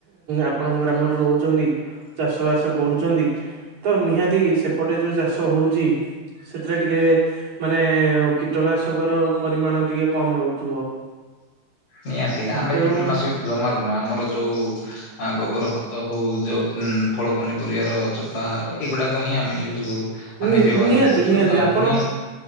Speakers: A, on the right; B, on the left.
A: ଆପଣଙ୍କ ଗ୍ରାମରେ ରହୁଛନ୍ତି। ଚାଷ ବାସ କରୁଛନ୍ତି, ତ ନିହାତି ସେପଟେ ଯୋଉ ଚାଷ ହଉଛି ସେଥିରେ ଟିକେ ମାନେ କୀଟନାଶକର ପରିମାଣ ଟିକେ କମ୍ ରହୁଥିବ।
B: ନିହାତି ଆମେ
A: ତେଣୁ
B: କୀଟନାଶକ ତ ଜମାରୁ ନୁହଁ, ଆମର ଯୋଉ ଗୋବର ଖ ତ ହଉ ଯଉ ଫଳ ପନିପରିବାର ଚୋପା ଏଇଗୁଡାକ ହିଁ ଆମେ ୟୁଜ୍ କରୁ। ମାନେ
A: ନି,
B: ବ୍ୟବହାର
A: ନିହାତି
B: କରୁଛୁ
A: ନିହାତି
B: ଆଉ
A: ଆପଣ
B: ପୁଣି